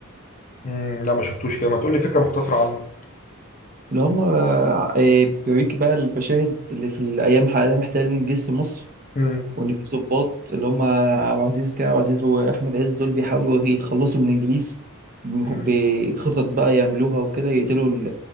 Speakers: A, on the left (about 35°); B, on the right (about 40°).
A: امم لا ما شفتوش كده ما تقول لي فكره مختصره عنه
B: اللي هم آه، آه، بيوريك بقى المشاهد اللي في الأيام حاليا محتلين جيش مصر
A: امم
B: وإن في ضباط اللي هم عبد العزيز كريم عبد العزيز وأحمد عز دول بيحاولوا يتخلصوا من الإنجليز بخ-
A: امم
B: بخطط بقى يعملوها وكده يقتلوا